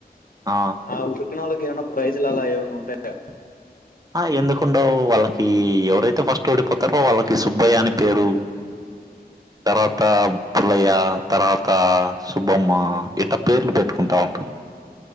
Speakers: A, on the right (about 20°); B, on the left (about 60°).
A: ఆ
B: ఆ ఉరికినోళ్ళకి ఏమన్నా ప్రైజ్లు అలా ఏమైన్నా ఉంటాయా
A: ఆ ఎందుకుండవ్ వాళ్ళకి ఎవరైతే ఫస్ట్ ఓడిపోతారో వాళ్ళకి సుబ్బయ్య అని పేరు తర్వాతా పులయ్య తర్వాతా సుబ్బమ్మ ఇట్ట పేర్లు పెట్టుకుంటా ఉంటాం